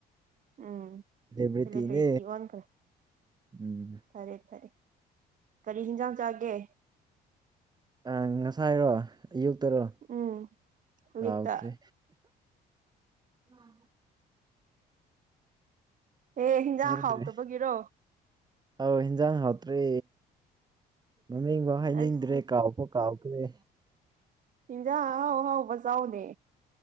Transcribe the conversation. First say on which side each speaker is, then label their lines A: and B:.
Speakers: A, on the right (about 50°); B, on the right (about 25°).
A: ꯎꯝ
B: ꯁꯦꯂꯤꯕ꯭ꯔꯤꯇꯤꯅꯦ
A: ꯁꯦꯂꯦꯕ꯭ꯔꯤꯇꯤ ꯑꯣꯟꯈ꯭ꯔꯦ
B: ꯎꯝ
A: ꯐꯔꯦ ꯐꯔꯦ ꯀꯔꯤ ꯍꯤꯟꯖꯥꯡ ꯆꯥꯒꯦ
B: ꯑ ꯉꯁꯥꯏ ꯍꯥꯏꯔꯣ ꯑꯌꯨꯛꯇꯔꯣ
A: ꯎꯝ ꯑꯌꯨꯛꯇ
B: ꯀꯥꯎꯈ꯭ꯔꯦ ꯑ ꯍ
A: ꯑꯦ ꯍꯤꯟꯖꯥꯡ
B: ꯀꯗꯔꯤ
A: ꯍꯥꯎꯇꯕꯒꯤꯔꯣ
B: ꯑ ꯍꯟꯖꯥꯡ ꯍꯇ꯭ꯔꯤ ꯃꯃꯤꯡꯐꯥꯎ ꯍꯥꯏꯅꯤꯡꯗ꯭ꯔꯦ
A: ꯑꯁ
B: ꯀꯥꯎꯕ ꯀꯥꯎꯈ꯭ꯔꯦ
A: ꯍꯖ ꯍꯥꯎ ꯍꯥꯎ ꯐꯁꯥꯎꯗꯦ